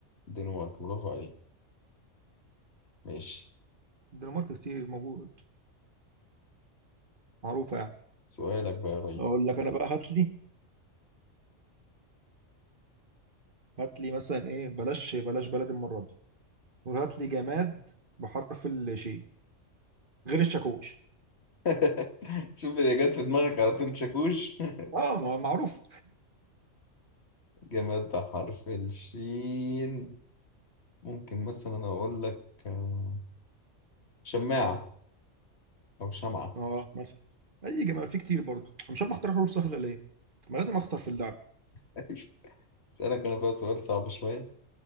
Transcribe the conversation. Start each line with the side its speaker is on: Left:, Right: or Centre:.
Left: دنمارك برافو عليك ماشي
Right: الدنمارك كتير موجود معروفة يعني
Left: سؤالك بقى يا ريس
Right: أقول لك أنا بقى هات لي هات لي مثلا إيه بلاش بلاش بلد المرة دي قول هات لي جماد بحرف الشين غير الشاكوش
Left: <laughs> شوف اللي جت في دماغك على طول شاكوش <laughs>
Right: أه ما- معروف
Left: جماد بحرف الشين ممكن مثلا أقول لك آه، شماعة أو شمعة
Right: أه مثلا أي جماد في كتير برضه أنا مش عارف أختار حروف سهلة ليه ما لازم أخسر في اللعب
Left: <laughs> أسألك أنا بقى سؤال صعب شوية